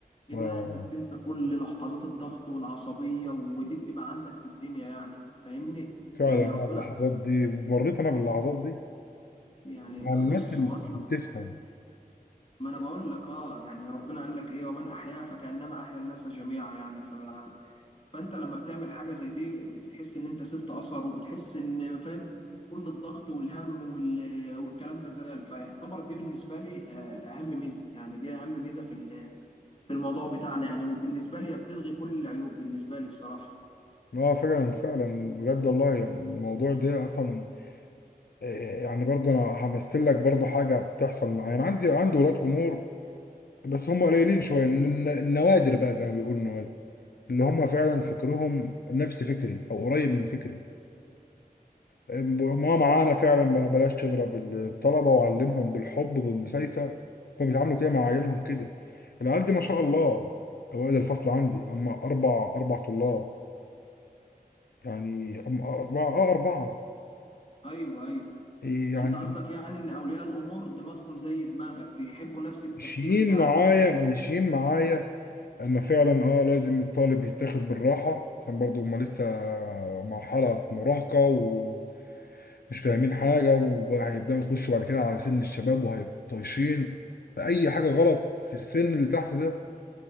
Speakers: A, on the left; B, on the left.
A: دي
B: اه
A: بقى انت بتنسى كل لحظات الضغط والعصبيه ودي بتبقى عندك بالدنيا يعني فاهمني
B: فعلا
A: يعني
B: انا
A: ربنا
B: اللحظات دي مريت انا باللحظات دي
A: يعني
B: مع
A: بص
B: الناس اللي
A: هو اصلا
B: بتفهم
A: ما انا بقول لك اه يعني ربنا قال لك ايه ومن احياها فكانما احيا الناس جميعا يعني ف فانت لما بتعمل حاجه زي دي ب- ب- بتحس ان انت سبت اثر وبتحس ان فاهم كل الضغط والهم وال... والكلام ده زال فيعتبر دي بالنسبه لي آه، اهم ميزه يعني دي اهم ميزه في ال- في الموضوع بتاعنا يعني وبالنسبه لي هي بتلغي كل العيوب بالنسبه لي بصراحه
B: اه فعلا فعلا بجد والله يعني الموضوع ده اصلا آه، يعني برضه انا همثل لك برضه حاجه بتحصل معايا انا عندي عندي ولاد امور بس هم قليلين شويه الن- النوادر بقى زي ما بيقولوا النوادر اللي هم فعلا فكرهم نفس فكري او قريب من فكري ما معانا فعلا ب- بلاش تضرب الطلبة وعلمهم بالحب بالمسايسة كانوا بيتعاملوا كده مع عيالهم كده العيال دي ما شاء الله أوائل الفصل عندي هم أربع أربع طلاب يعني هم أربعة آه أربعة
A: ايوه ايوه
B: يعني
A: انت قصدك يعني ان اولياء الامور دماغهم زي دماغك بيحبوا نفس التفكير
B: ماشيين
A: بتاعك
B: معايا
A: يعني وكده
B: ماشيين معايا ان فعلا اه لازم الطالب يتاخد بالراحه عشان برضو هما لسه مرحله مراهقه ومش فاهمين حاجه وبقى هيبداوا يخشوا بعد كده على سن الشباب وهيبقوا طايشين فاي حاجه غلط في السن اللي تحت ده